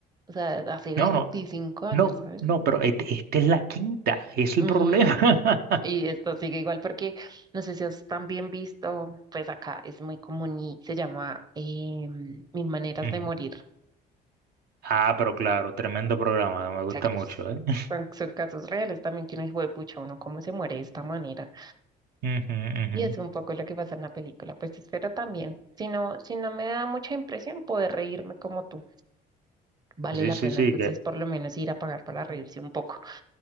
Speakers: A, on the right; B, on the right.
A: o sea, hace 25
B: No, no,
A: años,
B: no,
A: ¿sabes?
B: no, pero este- esta es la quinta, es el
A: Ujú.
B: problema. <laughs>
A: Y esto sigue igual porque, no sé si os también visto, pues acá es muy común y se llama eh, Mil Maneras
B: Ujú.
A: de Morir. O
B: Ah, pero claro, tremendo programa, me gusta
A: sea, que,
B: mucho,
A: pues,
B: ¿eh? <laughs>
A: son, son casos reales también que uno dice, "Jue pucha, uno cómo se muere de esta manera.
B: Ujú, ujú.
A: Y es un poco lo que pasa en la película. Pues espero también, si no, si no me da mucha impresión poder reírme como tú. vale
B: Sí,
A: la
B: sí,
A: pena
B: sí,
A: entonces
B: que,
A: por lo menos ir a pagar para reírse un poco.